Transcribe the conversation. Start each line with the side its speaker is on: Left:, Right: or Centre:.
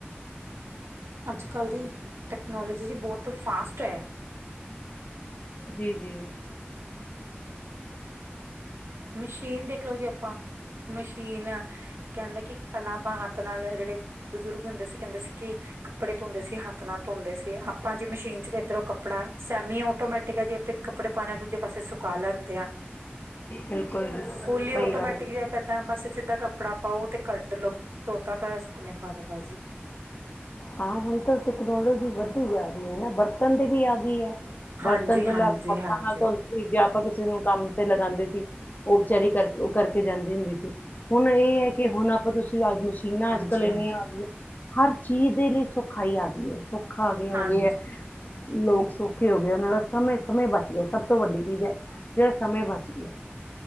Right: ਅੱਜ ਕਲ ਦੀ ਟੈਕਨੋਲੋਜੀ ਜ ਬਹੁਤ ਫਾਸਟ ਹੈ।
Left: ਜੀ ਜੀ।
Right: ਮਸ਼ੀਨ ਦੇਖਲਓ ਜੀ ਆਪਾਂ ਮਸ਼ੀਨ ਕਹਿੰਦੇ ਕਿ ਕਲਾ ਆਪਾਂ ਹੱਥ ਨਾਲ ਜਿਹੜੇ ਬਜ਼ੁਰਗ ਹੁੰਦੇ ਸੀ ਕਹਿੰਦੇ ਸੀ ਕਿ ਕੱਪੜੇ ਧੋਂਦੇ ਸੀ ਹੱਥ ਨਾਲ ਧੋਂਦੇ ਸੀ। ਭਾਜੀ ਮਸ਼ੀਨ ਚ ਇੱਧਰੋਂ ਕੱੜਾ ਸੈਮੀ ਆਟੋਮੈਟਿਕ ਜੇ ਆਪਣੇ ਕੱਪੜੇ ਪਾਨੇ ਹ ਦੂਜੇ ਪਾਸੇ ਸੁਕਾ ਲੈਂਦੇ ਆਂ।
Left: ਬਿਲਕੁਲ। ਜੀ
Right: ਫੁਲੀ
Left: ਸਹੀ
Right: ਆਟੋਮੈਟਿਕ
Left: ਗੱਲ ਹੈ।
Right: ਜਿਹਾ ਇਦਾਂ ਬਸ ਸਿੱਧਾ ਕੱਪੜਾ ਪਾਓ ਤੇ ਕੱਢ ਲੋ। ਧੋਤਾ ਤਾਂਇਆ ਸੁੱਕਨੇ ਪਾ ਦੋ ਬਾਜ਼ੀ।
Left: ਹਾਂ ਹੁਣ ਤਾਂ ਤੈਕਨੋਲੋਜੀ ਵੱਧਦੀ ਜਾ ਰਹੀ ਹੈ ਨਾ ਬਰਤਣ ਦੀ ਵੀ ਆ ਗਈ ਹੈ। ਬਰਤਨ
Right: ਹਾਂਜੀ
Left: ਪਹਿਲਾਂ
Right: ਹਾਂਜੀ
Left: ਹੱਥਾਂ
Right: ਹਾਂਜੀ
Left: ਨਾਲ ਧੋਂਦੇ ਸੀ ਜੇ ਆਪਾਂ ਕਿਸੇ ਨੂੰ ਕੰਮ ਤੇ ਲਗਾਉਂਦੇ ਸੀ। ਉਪਚਾਰੀ ਕਰਕੇ ਉਹ ਕਰਕੇ ਜਾਂਦੀ ਹੁੰਦੀ ਸੀ ਹੁਣ ਇਹ ਹੈ ਕਿ ਹੁਣ ਆਪਾਂ ਤੁਸੀਂਜ ਚੀਨਾ
Right: ਹਾਂਜੀ
Left: ਅੱਜ ਕੱਲ੍ਹ ਇੰਨੀਆਂ
Right: ਹਾਂਜੀ
Left: ਆ ਗਈਆਂ ਹਰ ਚੀਜ਼ ਦੇ ਲਈ ਸੌਖਾਈ ਆ ਗਈ ਹੈ। ਭੁਖਾ ਆ ਗਿਆ
Right: ਹਾਂਜੀ
Left: ਹੋ ਗਿਆ ਹੈ। ਲੋਕ ਸੌਖੇ ਹੋ ਗਏ ਉਹਨਾਂ ਦਾ ਸਮੇਂ ਸਮੇਂ ਬਚ ਗਿਆ ਸਭ ਤੋਂ ਵੱਡੀ ਚੀਜ਼ ਹੈ ਜਿਹੜਾ ਸਮੇਂ ਬਚ ਗਿਆ।